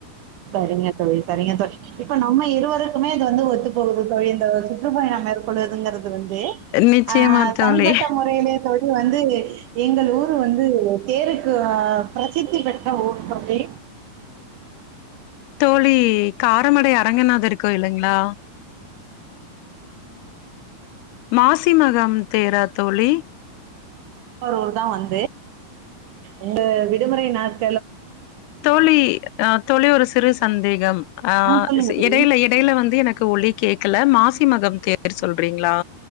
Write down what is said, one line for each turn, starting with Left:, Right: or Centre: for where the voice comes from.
Right: சரிங்க தோழி சரிங்க தோழி இப்ப நம்ம இருவருக்குமே வந்து ஒத்துப்போகுது தோழி இந்த சுற்றுப்பயணம் மேற் கொடுதுங்குறது வந்து
Left: நிச்சயமா
Right: அ
Left: தோழி
Right: தனிப்பட்ட முறையிலே தோழி வந்து எங்கள் ஊர் வந்து தேருக்கு பிரசித்தி பெற்ற ஊர் தோழி
Left: தோழி காரமடை அறங்கனாதர் கோயிலுங்ளா மாசிமகம் தேரா தோழி
Right: ஒரு ஊர் தா வந்து உங்க விடுமுறை நாட்
Left: தோழி அ தோழி ஒரு சிறு சந்தேகம் அ
Right: ஆ சொல்லுங்க தோழி.
Left: எடையில இட் டேல வந்து எனக்கு ஒளி கேக்கல மாசி மகம் தேர் சொல்றீங்ளா